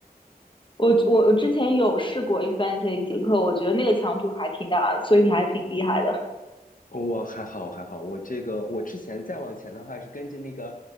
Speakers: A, on the left (about 30°); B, on the left (about 55°).
A: 我我我之前有试过 A 三这一节课，我觉得那个强度还挺大的，所以你还挺厉害的。
B: 我还好，还好。我这个，我之前再往前的话是跟着那个